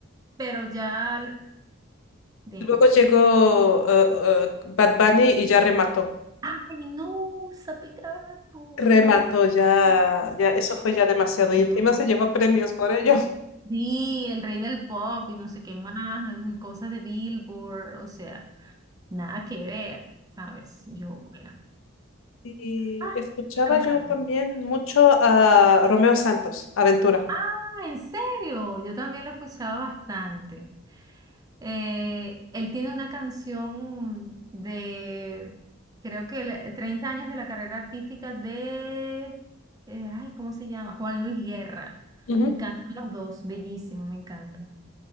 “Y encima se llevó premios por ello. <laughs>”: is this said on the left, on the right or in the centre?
Left